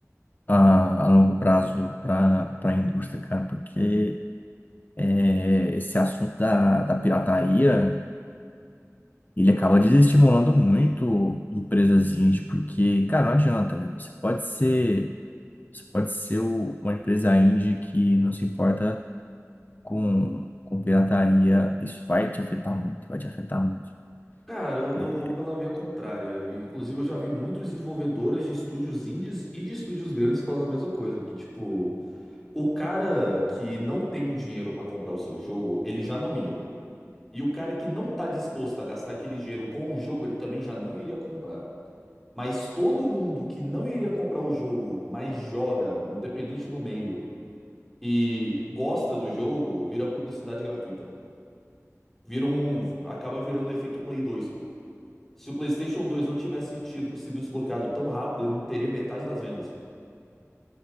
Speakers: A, on the left; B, in the centre.
A: a, a longo prazo para para a indústria, cara, porque é, esse assunto da, da pirataria, ele acaba desestimulando muito empresas indie, porque, cara, não adianta, né? Você pode ser Você pode ser o- uma empresa indie que não se importa com, com pirataria. Isso vai te afetar muito, vai te afetar muito.
B: Cara, eu,
A: É.
B: eu vou pela via contrária. E, inclusive, eu já vi muitos desenvolvedoras de estúdios indies e de estúdios grandes falando a mesma coisa. Que, tipo, o cara que não tem o dinheiro pra comprar o seu jogo, ele já não ia. E o cara que não tá disposto a gastar aquele dinheiro com o jogo, ele também já não iria comprar. Mas todo mundo que não iria comprar o jogo, mas joga, independente do meio. e gosta do jogo, vira publicidade gratuita, pô. Vira um, acaba virando um efeito Play 2, pô. Se o PlayStation dois não tivesse tido, sido desbloqueado tão rápido, ele não teria metade das vendas, pô.